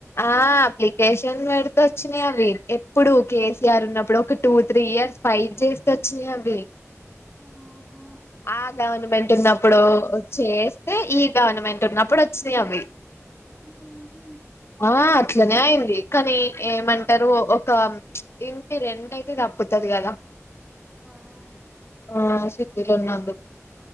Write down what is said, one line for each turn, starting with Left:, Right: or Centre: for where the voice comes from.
Left: ఆ అప్లికేషన్స్ వెడితే వచ్చినాయి అవి ఎప్పుడు కేసీఆర్ ఉన్నప్పుడు ఒక టూ త్రీ ఇయర్స్ ఫైట్ చేస్తే వచ్చినయి అవ్వి
Centre: ఆహా
Left: ఆ గవర్నమెంట్ ఉన్నప్పుడు చేస్తే ఈ గవర్నమెంట్ ఉన్నప్పుడు వచ్చినాయి అవి
Centre: ఊహూ
Left: ఆ అట్లనే అయింది కానీ ఏమంటారు
Centre: ఆ!
Left: ఒక ఇంటి రెంట్ అయితే తప్పుతది కదా
Centre: అవును.
Left: ఆ సిటీల ఉన్నందుకు